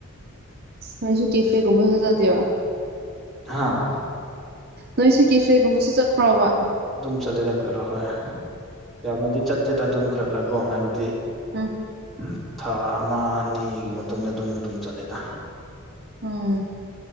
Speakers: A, on the right (about 45°); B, in the centre.
A: ꯅꯣꯏꯁꯨ ꯀꯦꯐꯦꯒꯨꯝꯕꯁꯨꯖꯗꯦꯕ
B: ꯍꯥꯥ
A: ꯅꯣꯏꯁꯨ ꯀꯦꯐꯦꯒꯨꯝꯕꯁꯨ ꯆꯠꯄ꯭ꯔꯣꯕ
B: ꯑꯗꯨꯝ ꯆꯠꯂꯦꯗ ꯈꯔ ꯈꯔ ꯍꯣꯏ ꯌꯥꯝꯅꯗꯤ ꯆꯠꯇꯦꯗꯅ ꯑꯗꯨꯝ ꯈꯔ ꯈꯔꯀꯣ ꯍꯥꯏꯕꯗꯤ
A: ꯎꯝ
B: ꯎꯝ ꯊꯥ ꯑꯃ ꯑꯅꯤꯒꯤ ꯃꯇꯨꯡꯗ ꯑꯗꯨꯝ ꯑꯗꯨꯝ ꯆꯠꯂꯦꯗ
A: ꯎꯝ